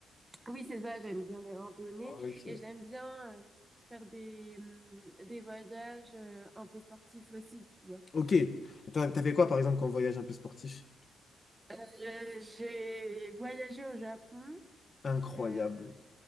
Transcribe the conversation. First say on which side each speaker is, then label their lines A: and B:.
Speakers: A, on the right; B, on the left.
A: Oui, c'est ça, j'aime bien les randonnées
B: Ah, Ok.
A: et j'aime bien euh, faire des, hum, des voyages euh, un peu sportifs aussi, tu vois.
B: Ok. T'as t'as fait quoi, par exemple, quand on voyage un peu sportif?
A: Euh, j'ai voyagé au Japon
B: Incroyable.
A: euh,